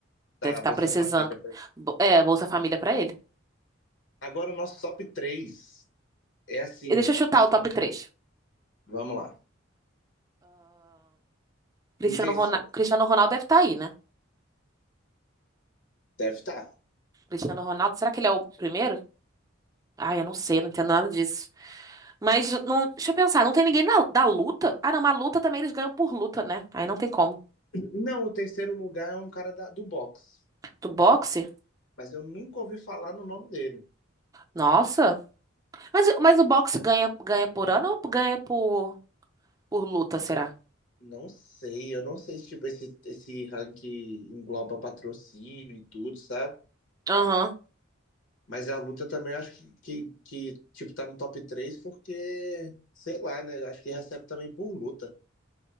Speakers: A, on the left (about 70°); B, on the right (about 20°).
A: da
B: Deve estar
A: Bolsa
B: precisando.
A: Família.
B: Bo- É, Bolsa Família pra ele.
A: Agora o nosso top 3 é assim,
B: E deixa eu chutar o top três
A: vamos lá.
B: Cristiano
A: Em terceiro,
B: Ronaldo, Cristiano Ronaldo deve estar aí, né?
A: deve estar.
B: Cristiano Ronaldo, será que ele é o primeiro? Ah, eu não sei, eu não entendo nada disso. Mas não, deixa eu pensar, não tem ninguém da, da luta? Ah, não, mas luta também eles ganham por luta, né? Aí não tem como.
A: Não, o terceiro lugar é um cara da- do boxe.
B: Do boxe?
A: mas eu nunca ouvi falar no nome dele.
B: Nossa. Mas, mas o boxe ganha, ganha por ano ou ganha por, por luta, será?
A: Não sei, eu não sei se tipo, esse, esse ranking engloba patrocínio e tudo, sabe?
B: Aham,
A: Mas a luta também acho que, que, que, tipo, tá no top 3 porque, sei lá, né? Acho que recebe também por luta.